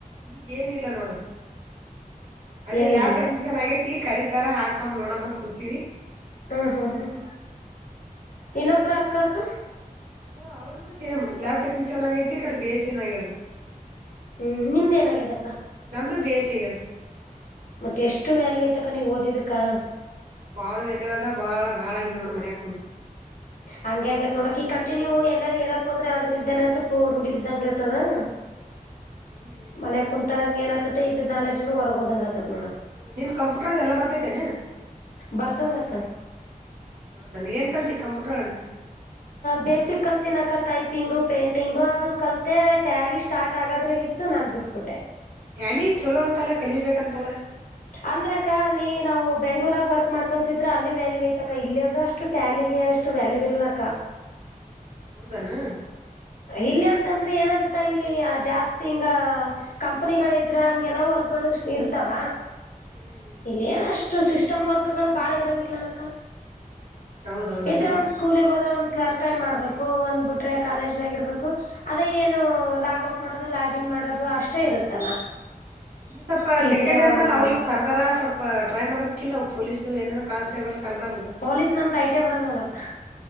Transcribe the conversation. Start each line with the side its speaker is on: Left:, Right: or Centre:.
Right: ಈಗ ಏನಿಲ್ಲ ನೋಡುದು. ಅದೇ
Left: ಏನಿಲ್ವಾ
Right: ಲ್ಯಾಬ್ ಟೆಕ್ನಿಷಿಯನ್ ಆಗೇತಿ ಕರಿತರ ಹಾಕಮ ನೋಡ ಅಂತ ಕುೂಂತೀವಿ.
Left: ಹ್ಮ ಹ್ಮ್ ಹ್ಮ್ ಇನ್ನೊಬ್ಬ್ರ ಅಕ್ಕ ಅಕ್ಕ.
Right: ಹ ಅವ್ರದ್ದು ಸೇಮ್ ಲ್ಯಾಬ್ ಟೆಕ್ನಿಷಿಯನ್ ಆಗೈತಿ ಈ ಕಡೆ ಬಿ ಎಸ್ಸ ಆಗ್ಯದ.
Left: ಹ್ಮ್ ನಿಮ್ದ್ ಏನ ಆಗಿದೆ ಅಕ್ಕ.
Right: ನಂದು ಬಿ ಎಸ್ ಸಿ ಅಗೆದ.
Left: ಮತ್ತೆ ಎಷ್ಟು ವ್ಯಾಲ್ಯೂ ಐ್ತಕ ನೀವ್ ಓದಿದಕ್ಕಾ.
Right: ಬಾಳ ವ್ಯಾಲೂ ಅದ ಬಾಳ ಗಾಳ ಆಗೇವ್ ನೋಡ ಮನ್ಯಾಕ ಕುಂತ.
Left: ಹಂಗೆ ಆಗೇತ್ ನೋಡಕ್ ಈ ಕಂಟಿನ್ಯೂ ಎಲ್ಲಾರೂ ಹೇಳಕ್ದ್ರೆ
Right: ಹ್ಮ್
Left: ಅದಲಿಂದನ ಸ್ವಲ್. ರೂಢಿ ಬಿದ್ದಂಗ ಇರ್ತದ ಆತದ
Right: ಹ್ಮ್
Left: ಮನೆ ಕುಂತಂಗ ಏನ. ತ್ತ ಇದ್ದ ಕ್ನೌಲೆಜ್ ಜನ ಹೊರ್ ಹೋ ಹಂಗ ಆತ.
Right: ಹ ನಿಂಗ ಕಂಪ್ಯೂಟರ್ದ ಎಲ್ಲ ಬರ್ತೈತೇನೆ.
Left: ಬರ್ತದಕ್ಕ
Right: ಹೌದನ್ ಏನ್ ಕಲ್ತಿ ಕಂಪ್ಯೂಟರ್ ಒಳಗೆ.
Left: ಬೇಸಿಕ್ ಕಲ್ತಿನಕ್ಕ ಟೈಪಿಂಗು ಪೇಂಟಿಂಗು ಅದು ಕಲ್ತೆ ಟ್ಯಾಲಿ ಸ್ಟಾರ್ಟ್ ಆಗದ್ರ. ಇತ್ತು ನಾನ್ ಬಿಟ್ಬಿಟ್ಟೆ.
Right: ಟ್ಯಾಲಿ ಚೊಲೋ ಅಂತಲ್ಲ ಕಲಿಬೇಕಂತಲ್ಲ.
Left: ಅಂದ್ರಕ್ಕ ಅಲ್ಲಿ ನಾವು ಬೆಂಗಳೂರುದಾಗ್ ವರ್ಕ್ ಮಾಡ್ಕೊಂತಿದ್ರ ಅಲ್ಲಿ ವ್ಯಾಲಯ ಐತ. ತಕ್ಕ ಇಲ್ಲ
Right: ಹ್ಮ್
Left: ಅಂದ್ರೆ ಅಷ್ಟು ಟ್ಯಾಲಿಗೆ ಅಷ್ಟು ವ್ಯಾಲ್ಯೂ ಇರ್ಲಕ್ಕ.
Right: ಹೌದೆನ್.
Left: ಇಲ್ಲಿ ಅಂತಂದ್ರೆ ಏನಾಗುತ್ತ ಇಲ್ಲಿ ಜಾಸ್ತಿ ಹಿಂಗ ಕಂಪನಿಗಳ ಇದ್ರ ಹಂಗೆಲ್ಲ. ವರ್ಗ್ಗಳು ಇರ್ತಾವ.
Right: ಹ್ಮ್
Left: ಇಲ್ಲ ಏನ ಅಷ್ಟು ಸಿಸ್ಟಮ್ ವರ್ಕ್ ಗಳು ಬಾಳ ಇರಂಗಿಲ್ಲಕ್ಕ.
Right: ಹೌದೌದಿರಲ್ಲ
Left: ಇದ್ರೆ ಒಂದ್ ಸ್ಕೂಲಗ್ ಹೋದ್ರೆ ಒಂದ್ ಕ್ಲರ್ಕೈ ಆಗಿ ಮಾಡ್ಬೇಕು ಒಂದ್ ಬಿಟ್ರೆ. ಕಾಲೇಜ್ನಾಗ ಇರ್ಬೇಕು ಅದೇ ಏನು ಲಾಗ್ಔಟ್ ಮಾಡೋದು ಲಾಗಿನ್ ಮಾಡೋದು ಅಷ್ಟೇ ಇರುತ್ತಲ್ಲ.
Right: ನೀವು ಸ್ವಲ್ಪ
Left: ಟಿ
Right: ಸೆಕೆಂಡ್
Left: ಸಿ
Right: ಇಯರ್
Left: ಔಟ್
Right: ಮೇಲೆ ಅವ್ಇವ
Left: ಮಾಡೋದು
Right: ಕರ್ದಾರ ಸ್ವಲ್ಪ ಟ್ರೈ ಮಾಡ್ಬೇಕಿಲ್ಲವು ಪೊಲೀಸ ಏನರೆ ಕಾನ್ಸ್ಟೇಬಲ್. ಕರದಾಳ
Left: ಪೊಲೀಸ್ ನಮ್ದ್ ಐಟೇ ಬರಲ್ಲಕ್ಕ